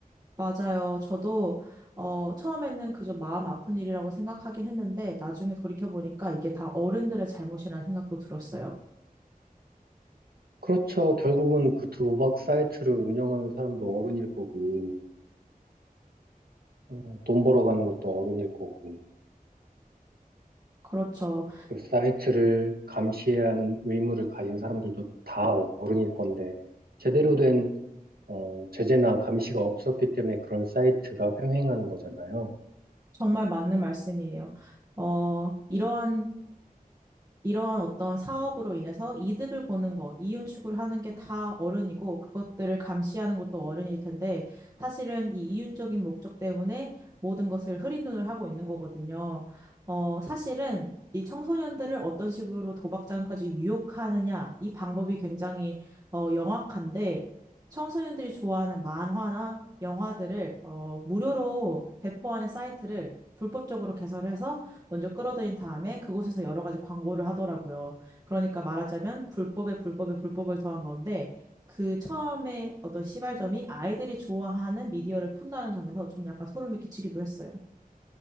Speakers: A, on the right (about 25°); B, on the right (about 85°).
A: 맞아요. 저도 어, 처음에는 그저 마음 아픈 일이라고 생각하긴 했는데 나중에 돌이켜보니까 이게 다 어른들의 잘못이라는 생각도 들었어요.
B: 그렇죠. 결국은 그 도박 사이트를 운영하는 사람도 어른일 거고, 어, 돈 벌어가는 것도 어른일 거고,
A: 그렇죠.
B: 그 사이트를 감시해야 하는 의무를 가진 사람들도 다 어른일 건데, 제대로 된 어, 제재나 감시가 없었기 때문에 그런 사이트가 횡행하는 거잖아요.
A: 정말 맞는 말씀이에요. 어, 이러한 이러한 어떤 사업으로 인해서 이득을 보는 것, 이윤 추구를 하는 게 다 어른이고 그것들을 감시하는 것도 어른일 텐데 사실은 이 이윤적인 목적 때문에 모든 것을 흐린 눈을 하고 있는 거거든요. 어, 사실은 이 청소년들을 어떤 식으로 도박장까지 유혹하느냐, 이 방법이 굉장히 어, 영악한데 청소년들이 좋아하는 만화나 영화들을 어, 무료로 배포하는 사이트를 불법적으로 개설해서 먼저 끌어들인 다음에 그곳에서 여러 가지 광고를 하더라고요. 그러니까 말하자면 불법에 불법에 불법을 더한 건데 그 처음에 어떤 시발점이 아이들이 좋아하는 미디어를 푼다는 점에서 전 약간 소름이 끼치기도 했어요.